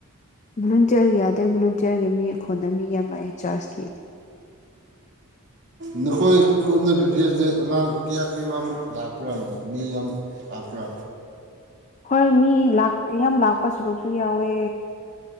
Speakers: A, on the left; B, on the right.
A: ꯕ꯭ꯂꯨꯟꯇꯤꯌꯔ ꯌꯥꯗꯦ ꯕ꯭ꯂꯨꯟꯇꯤꯌꯔꯒꯤ ꯃꯤ ꯑꯩꯈꯣꯟꯗ ꯃꯤ ꯌꯥꯝ ꯂꯥꯛꯑꯦ ꯆꯥꯔꯖꯀꯤꯅꯤ
B: ꯅꯈꯣꯏ ꯀꯨꯅ ꯄꯤꯕꯤꯔꯩ ꯑꯉꯥꯡ ꯀꯌꯥ ꯀꯌꯥ ꯑꯃꯃꯨꯛ ꯂꯥꯛꯄ꯭ꯔꯥ ꯃꯤ ꯑꯃ ꯂꯥꯛꯄ꯭ꯔꯥ
A: ꯍꯣꯏ ꯃꯤ ꯌꯥꯝ ꯂꯥꯛꯄ ꯁꯔꯨꯛꯁꯨ ꯌꯥꯎꯋꯦ